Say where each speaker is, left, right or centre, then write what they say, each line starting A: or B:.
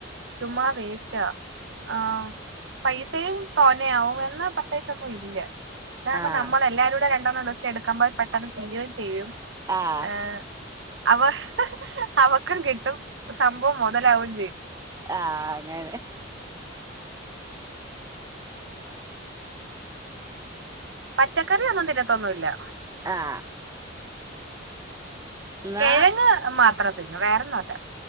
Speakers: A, on the right (about 65°); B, on the right (about 15°).
A: ചുമ്മാ വേസ്റ്റാ ആഹ് പൈസയും തോന്നേയാവും എന്നാ <unintelligible> ച്ചൊന്നുയില്ലാ ഇതാവുമ്പോ
B: ആഹ്
A: നമ്മളെല്ലാരൂടെ രണ്ടണ്ണം വച്ച് എടുക്കമ്പോ പെട്ടെന്ന് തിരേം ചെയ്യും
B: ആഹ് ആഹ്
A: ഏ അവ അവക്കും കിട്ടും സംഭവം മൊതലാവേം
B: ആഹ് അങ്ങനെ
A: പച്ചക്കറിയൊന്നും തിന്നത്തൊന്നുല്ലാ
B: ആ ന്നാ
A: കിഴങ്ങ് മാത്രം തിന്നും വേറൊന്നുല്ല